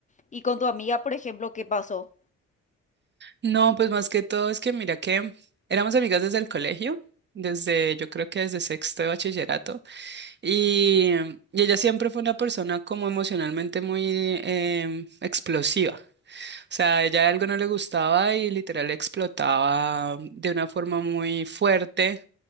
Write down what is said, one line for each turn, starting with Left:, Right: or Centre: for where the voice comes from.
Left: Y con tu amiga, por ejemplo, ¿qué pasó?
Right: No, pues más que todo es que mira que éramos amigas desde el colegio, desde yo creo que desde sexto de bachillerato, y, y ella siempre fue una persona como emocionalmente muy em, explosiva. O sea, ella algo no le gustaba y literal explotaba de una forma muy fuerte.